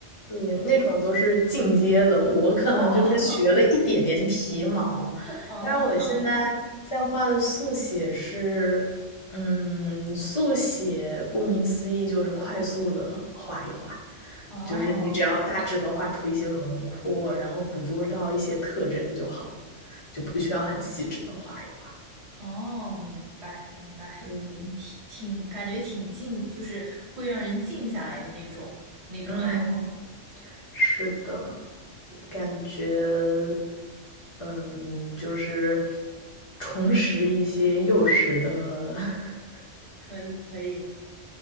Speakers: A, on the left; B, on the right.
A: 对，那种都是进阶的，我可能就是学了一点点皮毛，
B: 哦 <laughs> 哦
A: 但是我现在在画的速写是，嗯，速写顾名思义就是快速的画一画，
B: 哦
A: 就是你只要大致的画出一些轮廓，然后捕捉到一些特征就好了，就不需要很细致的画一画。
B: 哦，明白明白，
A: 嗯
B: 挺挺感觉挺静，就是会让人静下来的那种那种爱好。
A: 嗯，是的，
B: 对，
A: 感觉。嗯，就是重拾一些幼时的 <laughs>
B: 可以可以。